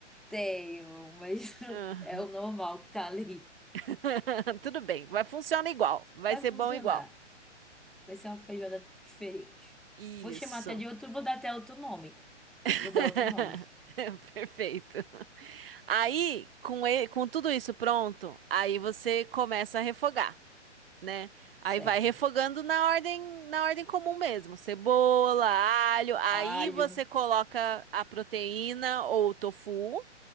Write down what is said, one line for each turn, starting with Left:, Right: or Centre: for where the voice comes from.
Centre: Tenho, mas <laughs>
Right: Ah,
Centre: é o normal que tá ali.
Right: <laughs> Tudo bem, vai funcionar igual, vai
Centre: Vai
Right: ser
Centre: funcionar.
Right: bom igual.
Centre: Vai ser uma feijoada diferente.
Right: Isso.
Centre: Vou chamar até de outro, vou dar até outro nome.
Right: <laughs>
Centre: Vou dar outro nome,
Right: Perfeito. Aí, com, e- com tudo isso pronto, aí você começa a refogar. né? Aí
Centre: <laughs> certo?
Right: vai refogando na ordem, na ordem comum mesmo, cebola, alho, aí
Centre: Alho,
Right: você coloca a proteína ou o tofu,